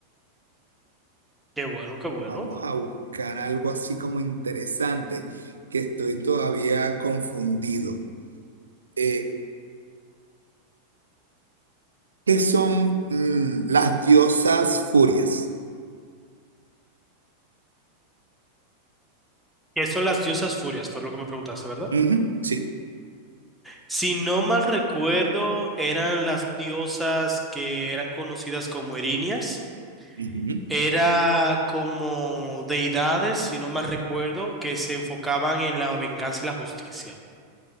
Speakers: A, in the centre; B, on the right (about 70°).
A: Qué bueno, qué bueno.
B: Vamos a buscar algo así como interesante, que estoy todavía confundido. Eh, ¿qué son mm, las diosas furias?
A: ¿Qué son las diosas furias? Fue lo que me preguntaste, ¿verdad?
B: Ujú, sí.
A: Si no mal recuerdo, eran las diosas que eran conocidas como erinias.
B: Ujú.
A: Era como deidades, si no mal recuerdo, que se enfocaban en la venganza y la justicia.